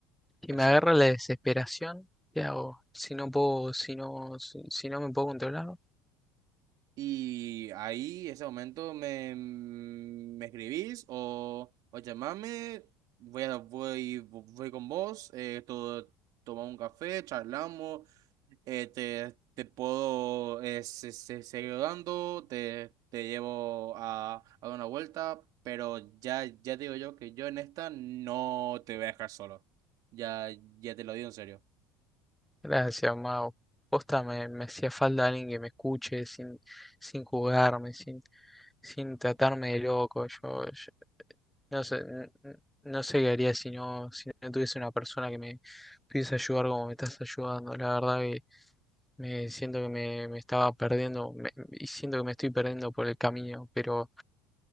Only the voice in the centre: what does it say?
Si
me agarra la desesperación, ¿qué hago? Si no puedo, si no, si, si no me puedo controlar,
Gracias, Mau. Posta, me, me hacía falta alguien que me escuche sin, sin juzgarme, sin, sin tratarme de loco. Yo, yo no sé, n- n- no sé qué haría si no, si no tuviese una persona que me pudiese ayudar como me estás ayudando. La verdad que me siento que me, me estaba perdiendo me- y siento que me estoy perdiendo por el camino, pero